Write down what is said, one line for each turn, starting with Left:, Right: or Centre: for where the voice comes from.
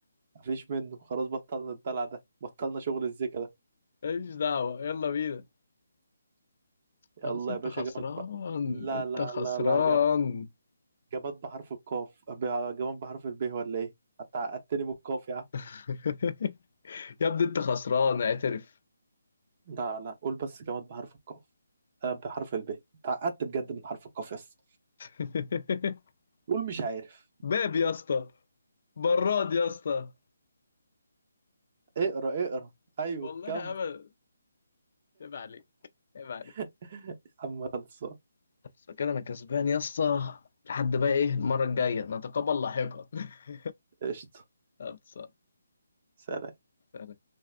Right: مفيش منه خلاص بطلنا الدلع ده بطلنا شغل الزيكا ده
Left: ماليش دعوه يلا بينا خلاص
Right: يلا
Left: انت
Right: يا باشا
Left: خسران
Right: جامد بقى لا
Left: انت
Right: لا
Left: خسران
Right: لا لا جا- جماد بحرف القاف أب- جماد بحرف الب ولا ايه انت عقدتني من القاف يا عم
Left: <laughs> يا ابني انت خسران اعترف
Right: لا لا قول بس جماد بحرف القاف آه، بحرف الب انت عقدت بجد من حرف القاف يس
Left: <laughs>
Right: قول مش عارف
Left: باب يا اسطى براد يا اسطى
Right: اقرا اقرا ايوه
Left: والله
Right: كمل
Left: ابدا عيب عليك عيب عليك
Right: <laughs> عم خلصان
Left: بس كده انا كسبان يا اسطى لحد بقى ايه المره الجايه نتقابل لاحقا <laughs>
Right: قشطة
Left: خلصة.
Right: سلام
Left: سلام